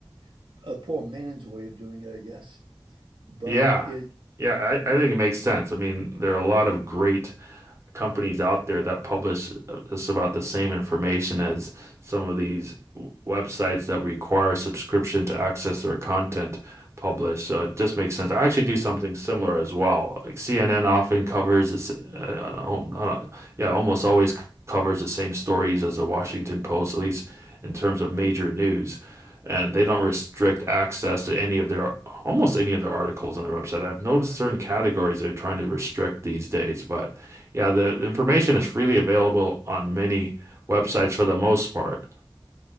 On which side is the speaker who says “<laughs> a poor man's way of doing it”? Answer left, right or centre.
Right